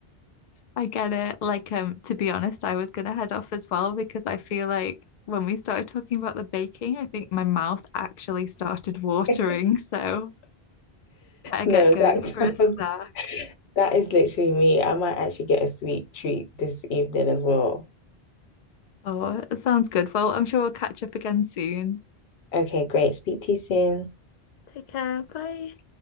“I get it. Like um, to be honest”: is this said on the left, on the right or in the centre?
Left